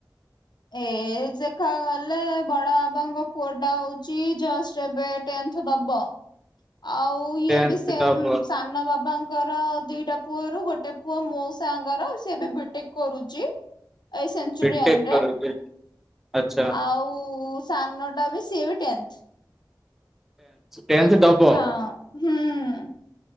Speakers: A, on the left; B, in the centre.
A: ଏଜ ଦେଖା ଗଲେ ବଡ ବାବାଙ୍କ ପୁଅ ଟା ହଉଛି ଜଷ୍ଟ ଏବେ ଟେନଥ ଦବ ଆଉ ଇଏ
B: ଟେନ୍ଥ
A: ବି ସେମ
B: ଦବ
A: ସାନ ବାବାଙ୍କର ଦିଟା ପୁଅରୁ ଗୋଟେ ପୁଅ ମୋ ସାଙ୍ଗର ସିଏ ଏବେ ବିଟେକ କରୁଛି। ଏଇ ସେନ୍ଚୁରିଅନ୍
B: ବିଟେକ୍
A: ରେ।
B: କରୁଛି ଆଚ୍ଛା
A: ଆଉ ସାନ ଟା ବି ସିଏ ବି ଟେନ୍ଥ।
B: ଟେନ୍ଥ ଦବ
A: ହଁ ହୁଁ